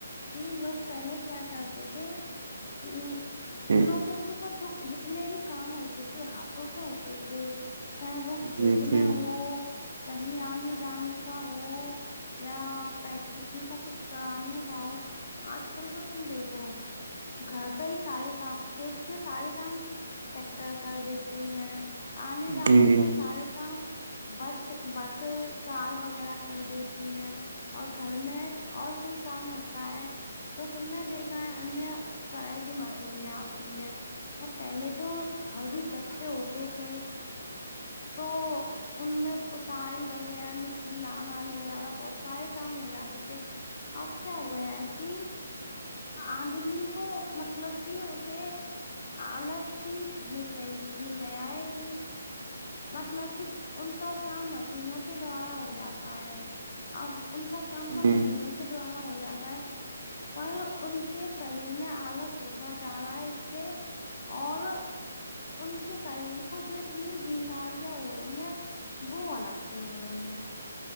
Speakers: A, on the left; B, on the right.
A: کہ لوگ پہلے کیا کرتے تھے کہ
B: جی
A: لوگوں کے تو جو جتنے بھی کام ہوتے تھے ہاتھوں سے ہوتے تھے چاہے وہ کھیت
B: جی جی
A: میں ہو کہیں آنے جانے کا ہو یا کسی کو کچھ کرانے کا ہو آج کل تو تم دیکھو گھر پہ ہی سارے کام کھیت کے سارے کام ٹیکٹر کر دیتے ہیں آنے جانے
B: جی
A: کے سارے کام بس بس کار وغیرہ کر دیتی ہیں اور گھر میں اور کوئی کام ہوتا ہے تو تم نے دیکھا ہے انیہ طح کی مشینیں آتی ہیں ہاں پہلے تو گھر بھی کچے ہوتے تھے تو ان میں پتائی وغیرہ مٹی لانا لے جانا بہت سارے کام ہو جاتے تھے اب کیا ہو گیا ہے کہ آدمی کو مطلب کہ اسے آالس کی مل گئی مل گیا ہے کہ مطلب کہ ان کا کام مشینوں کے دوارا ہو جاتا ہے اب ان کا کام
B: جی
A: تو مشینوں کے دوارا ہو جاتا ہے پر ان کے شریر میں آلس ہوتا جا رہا ہے اس سے اور ان کے شریر کو جو اتنی بیماریاں ہو رہی ہیں وہ الگ سے ہو رہی ہیں